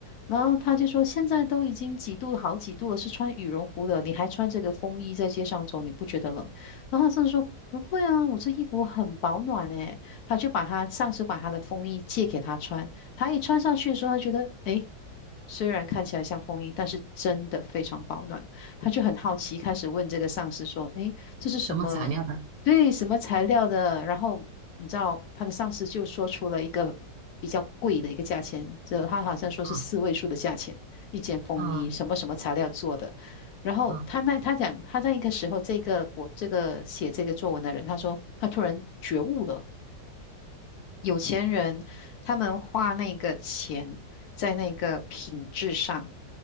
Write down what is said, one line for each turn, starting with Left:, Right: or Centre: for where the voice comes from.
Left: 然后他就说，现在都已经几度好几度了，是穿羽绒服的，你还穿这个风衣在街上走，你不觉得冷？然后他甚至说不会啊，我这衣服很保暖诶。他就把他上司把他的风衣借给他穿，他一穿上去的时候，他觉得诶，虽然看起来像风衣，但是真的非常保暖。他就很好奇，开始问这个上司说：“诶，这是什么？
Right: 什么材料的？
Left: 对，什么材料的？然后你知道他的上司就说出了一个比较贵的一个价钱，就他好像说是四位数的价钱，
Right: 啊
Left: 一件风衣，
Right: 啊
Left: 什么什么材料做的。然后他那他讲他在一个时候，
Right: 啊，
Left: 这个我这个写这个作文的人，他说他突然觉悟了，有钱人他们花那个钱在那个品质上，